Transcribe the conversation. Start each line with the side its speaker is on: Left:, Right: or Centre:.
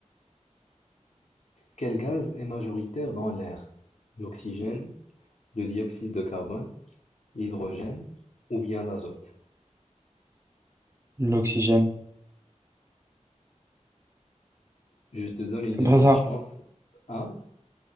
Left: Quel gaz est majoritaire dans l'air? L'oxygène, le dioxyde de carbone, l'hydrogène ou bien l'azote?
Right: L'oxygène.
Left: Je te donne une
Right: C'est
Left: deuxième
Right: pas ça.
Left: chance. A?